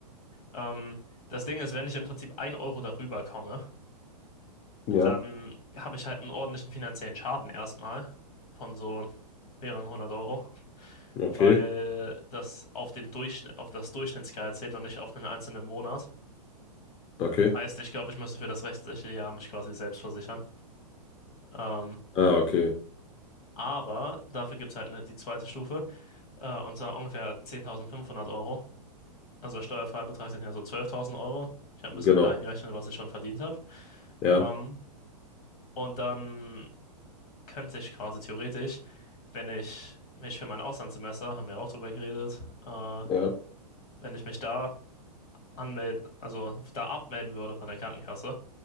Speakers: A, on the left; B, on the left.
A: Ähm, das Ding ist, wenn ich im Prinzip ein Euro darüber komme,
B: Ja,
A: dann habe ich halt einen ordentlichen finanziellen Schaden erstmal von so mehreren hundert Euro,
B: Okay,
A: weil das auf den Durchschnitt, auf das Durchschnittsgehalt zählt und nicht auf einen einzelnen Monat.
B: okay.
A: Heißt, ich glaube, ich müsste für das restliche Jahr mich quasi selbst versichern. Ähm,
B: Ah, okay,
A: aber dafür gibt es halt ne- die zweite Stufe, äh, und zwar ungefähr 10.500 Euro. Also Steuerfreibetrag sind ja so 12.000 Euro. Ich habe
B: genau.
A: ein bisschen mit eingerechnet, was ich schon verdient habe.
B: Ja.
A: Ähm, und dann könnte ich quasi theoretisch, wenn ich mich für mein Auslandssemester, haben wir auch drüber geredet, äh,
B: ja,
A: wenn ich mich da anmelden, also da abmelden würde von der Krankenkasse,